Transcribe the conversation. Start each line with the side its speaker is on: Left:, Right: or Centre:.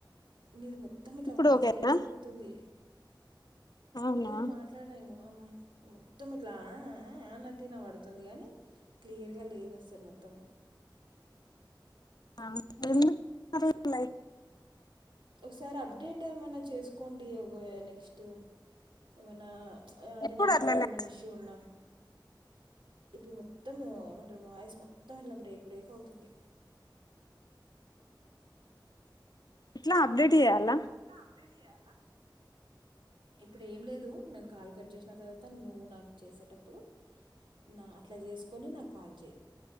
Right: నీది మొత్తం ఇట్లా
Left: ఇప్పుడు
Right: వాయిస్
Left: ఓకేనా
Right: బ్రేక్ అవుతుంది
Left: అవునా
Right: ఏది మాట్లాడ ఇంగమ్మ మొత్తం ఇట్లాఆఆఆ టీనా పడుతుంది కానీ క్లియర్గా లేదు అసలు మొత్తము
Left: ఆ ఏంది <unintelligible> లైక్
Right: ఒకసారి అప్డేట్ ఏమన్నా చేసుకోండి ఒగ నెక్స్ట్ ఏమైనా అంటే
Left: ఎప్పుడు
Right: నెట్వర్క్
Left: అట్లనే
Right: ఏమైనా ఇష్యూ ఉన్నా ఇప్పుడు మొత్తం ఏమంటారు వాయిస్ మొత్తం ఇట్లా బ్రేక్ బ్రేక్ అవుతుంది
Left: ఇట్లా అప్డేట్ ఇయ్యాలా
Right: ఇట్లా అప్డేట్ ఇయాలా ఇప్పుడు ఏం లేదు నేను కాల్ కట్ చేసిన తర్వాత నువ్వు నాకు చేసేటప్పుడు నా అట్ల చేసుకుని నాకు కాల్ చెయ్